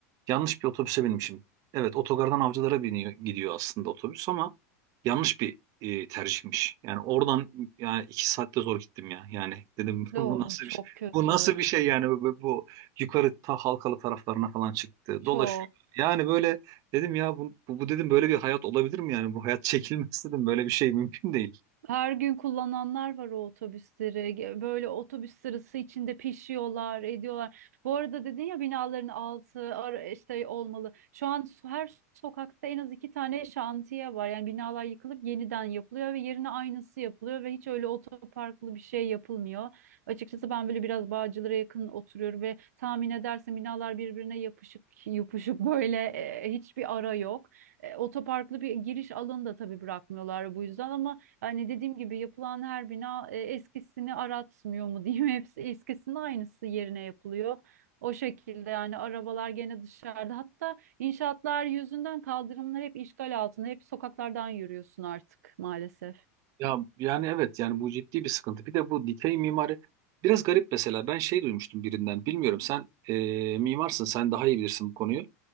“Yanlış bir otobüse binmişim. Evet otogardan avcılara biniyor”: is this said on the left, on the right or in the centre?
Right